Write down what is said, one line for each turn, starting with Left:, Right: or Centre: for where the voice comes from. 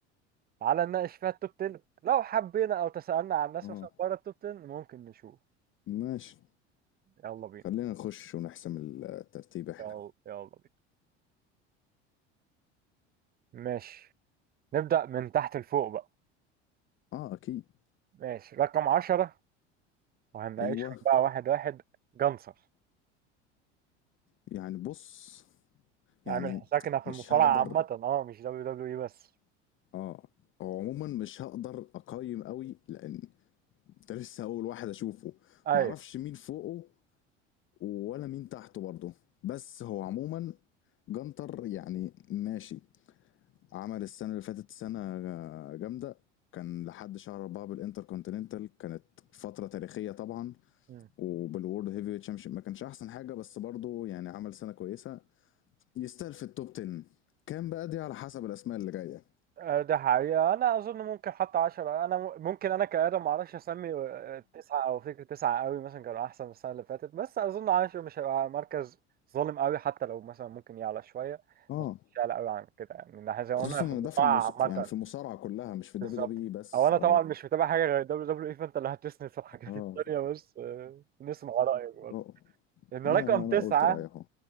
Right: تعالى نناقش فيها التوب 10 لو حبينا أو تسألنا عن الناس
Left: اه
Right: مثلا بره التوب 10 ممكن نشوف
Left: ماشي
Right: يلا بينا
Left: خلينا نخش ونحسم الترتيب احنا
Right: يلا يلا بينا ماشي نبدأ من تحت لفوق بقى
Left: اه اكيد
Right: ماشي رقم عشرة وهنناقشهم
Left: ايوه
Right: بقى واحد واحد جنصر
Left: يعني بص يعني
Right: اعمل حسابك إنها في
Left: مش
Right: المصارعة
Left: هقدر
Right: عامة اه مش دبليو دبليو اي بس
Left: اه هو عموما مش هقدر اقيم قوي لان ده لسه اول واحد اشوفه
Right: ايوه
Left: معرفش مين فوقه ولا مين تحته برضه بس هو عموما جنتر يعني ماشي عمل السنة اللي فاتت سنة جامدة كان لحد شهر أربعة بالإنتر كونتيننتال كانت فترة تاريخية طبعا
Right: مم.
Left: وبالورد هيفي تشامبيونشيب ما كانش أحسن حاجة بس برضه يعني عمل سنة كويسة يستاهل في التوب 10 كان بقى دي على حسب الأسماء اللي جاية
Right: آه، ده حقيقة أنا أظن ممكن حتى عشرة أنا م- ممكن أنا كآدم معرفش أسمي آه، تسعة أو فكرة تسعة قوي مثلا كانوا أحسن السنة اللي فاتت بس أظن عشرة مش هيبقى مركز ظالم قوي حتى لو مثلا ممكن يعلى شوية
Left: اه
Right: بس مش يعلى قوي عن كده يعني إن إحنا زي ما
Left: خصوصا
Right: قلنا في
Left: ان
Right: المصارعة
Left: ده في المص...
Right: عامة
Left: يعني في المصارعه كلها مش في الدبليو
Right: بالظبط
Left: دبليو اي بس
Right: او انا
Left: اه
Right: طبعا مش متابع حاجه غير دبليو دبليو اي فانت اللي هتسند في الحاجات
Left: اه
Right: التانيه بس آه، نسمع رايك برضه
Left: اه
Right: لان
Left: لا
Right: رقم
Left: انا
Right: تسعه
Left: قلت رايي اهو